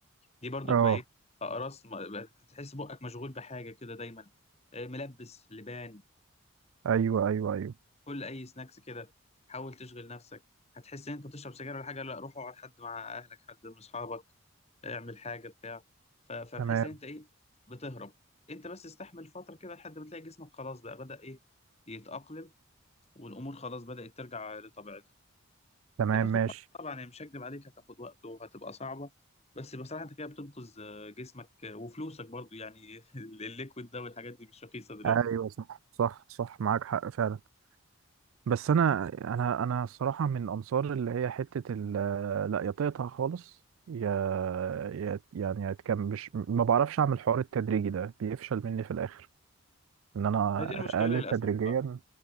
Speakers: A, on the left (about 30°); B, on the right (about 70°).
A: دي برضه
B: اه
A: بتبقى ايه اقراص م- بقى تحس بقك مشغول بحاجه كده دايما آه، ملبس لبان
B: ايوه ايوه ايوه
A: كل اي سناكس كده حاول تشغل نفسك هتحس ان انت بتشرب سجاير ولا حاجه لا روح اقعد حد مع اهلك حد من اصحابك اعمل حاجه بتاع ف- فبحيث
B: تمام
A: ان انت ايه بتهرب انت بس استحمل فتره كده لحد ما تلاقي جسمك خلاص بقى بدأ ايه يتأقلم والامور خلاص بدأت ترجع لطبيعتها
B: تمام
A: هتاخد
B: ماشي
A: وقت طبعا يعني، مش هكدب عليك هتاخد وقت وهتبقى صعبة بس بصراحة انت كده بتنقذ آه، جسمك آه، وفلوسك برضو يعني <laughs> الليكويد ده والحاجات دي مش رخيصة دلوقتي
B: ايوه صح صح صح معاك حق فعلا بس انا انا انا الصراحه من انصار اللي هي حته ال- لا يا تقطع خالص يا يا يعني يا تكم- مش ما بعرفش اعمل حوار التدريجي ده بيفشل مني في الاخر ان انا
A: هي دي المشكلة
B: اقلل
A: للأسف
B: تدريجيا
A: اه